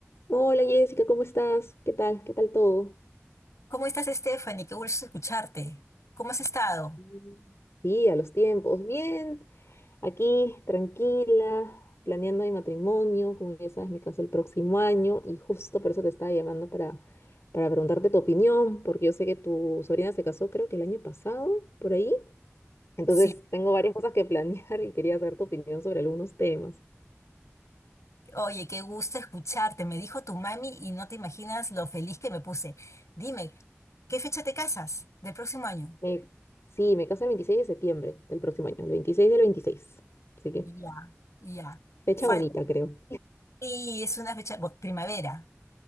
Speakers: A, on the left; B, on the left.
A: Hola Jessica, ¿cómo estás? ¿Qué tal? ¿Qué tal todo?
B: ¿Cómo estás, Stephanie? Qué gusto escucharte. ¿Cómo has estado?
A: Mm. Sí, a los tiempos. Bien, aquí tranquila, planeando mi matrimonio. Como ya sabes, me caso el próximo año y justo por eso te estaba llamando para, para preguntarte tu opinión, porque yo sé que tu sobrina se casó creo que el año pasado, por ahí. Entonces
B: Sí,
A: tengo varias cosas que <laughs> planear y quería saber tu opinión sobre algunos temas.
B: oye, qué gusto escucharte. Me dijo tu mami y no te imaginas lo feliz que me puse. Dime, ¿qué fecha te casas del próximo año?
A: Me- sí, me caso el 26 de septiembre del próximo año, el 26 del 26. Así que
B: Ya, ya.
A: fecha
B: Falta.
A: bonita, creo.
B: Sí, es una fecha, bueno, primavera.